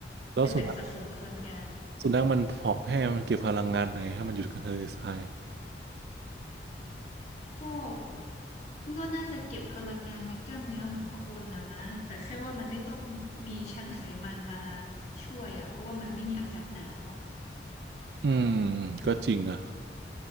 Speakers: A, on the right; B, on the left.
A: แล้วสุนัข
B: เป็นแหล่งสะสมพลังงาน
A: สุนัขมันผอมแห้งมันเก็บพลังงานไหนให้มันอยู่กับทะเลทราย
B: ก็มันก็น่าจะเก็บพลังงานในกล้ามเนื้อเหมือนคนนะมั้งแต่แค่ว่ามันไม่ต้องมีชั้นไขมันมาช่วยอ่ะเพราะว่ามันไม่มีอากาศหนาวอ่ะ
A: อืมก็จริงนะ